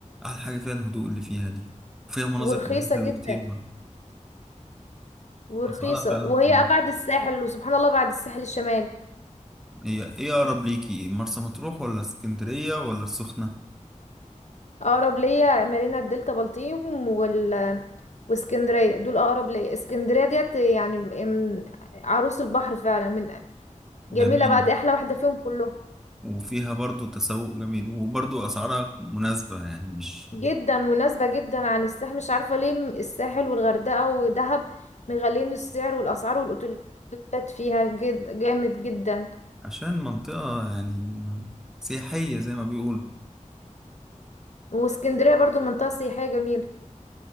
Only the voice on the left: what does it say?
ورخيصة
جدا
ورخيصة
وهي
بعد الساحل وسبحان الله بعد الساحل الشمالي
أقرب ليا مارينا الدلتا بلطيم وال واسكندرية دول أقرب ليا اسكندرية ديت يعني من عروس البحر فعلا من
جميلة بعد أحلى واحدة فيهم كلهم
جدا مناسبة جدا عن الساحل مش عارفة ليه م- الساحل والغردقة ودهب مغالين السعر والأسعار والأوتيلات فيها جد جامد جدا
واسكندرية برضو منطقة سياحية جميلة